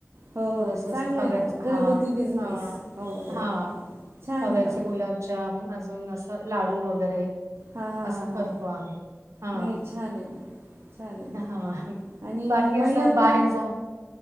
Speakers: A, on the right; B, on the right.
A: हो
B: थोडंसं
A: हो चांगलं
B: असं खव्याचं,
A: आहे ना हो. घरगुती
B: हा
A: बिझनेस
B: हा
A: हो हो
B: हा.
A: छान
B: खव्याचे
A: आहे ना हो.
B: गुलाबजाम, अजून असं लाडू वगैरे.
A: हा हा
B: असं
A: हा हा,
B: करतो आम्ही. हां.
A: नाही, छान आहे ना. छान आहे ना
B: हां,
A: आणि
B: बाकी असं
A: महिलांना.
B: बाहेर जाऊन